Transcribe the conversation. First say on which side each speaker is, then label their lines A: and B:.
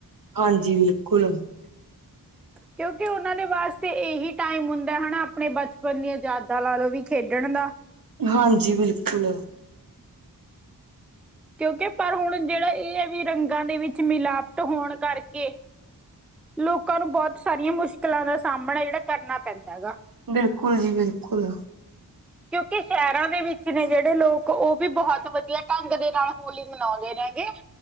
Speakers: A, on the right; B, in the centre.
A: ਹਾਂਜੀ ਬਿਲਕੁਲ
B: ਕਿਉਂਕਿ ਉਨ੍ਹਾਂ ਨੇ ਵਾਸਤੇ ਇਹੀ ਟਾਈਮ ਹੁੰਦਾ ਹਨਾ ਆਪਣੇ ਬਚਪਨ ਦੀਆਂ ਯਾਦਾਂ ਵੀ ਲਾ ਲੋ ਖੇਡਣ ਦਾ
A: ਹਾਂਜੀ ਬਿਲਕੁਲ
B: ਕਿਉਂਕਿ ਪਰ ਹੁਣ ਜਿਹੜਾ ਏ ਵੀ ਰੰਗਾਂ ਵਿੱਚ ਮਿਲਾਵਟ ਹੋਣ ਕਰਕੇ ਲੋਕਾਂ ਨੂੰ ਬਹੁਤ ਸਾਰੀਆਂ ਮੁਸ਼ਕਲਾਂ ਦਾ ਸਾਹਮਣਾ ਜਿਹੜਾ ਕਰਨਾ ਪੈਂਦਾ ਹੈਗਾ।
A: ਬਿਲਕੁਲ ਜੀ ਬਿਲਕੁਲ
B: ਕਿਉਂਕਿ ਸ਼ਹਿਰਾਂ ਦੇ ਵਿੱਚ ਨੇ ਜਿਹੜੇ ਲੋਕ ਉਹ ਵੀ ਬਹੁਤ ਵਧੀਆ ਢੰਗ ਦੇ ਨਾਲ ਹੋਲੀ ਮਨਾਉਂਦੇ ਨੇ। ਇ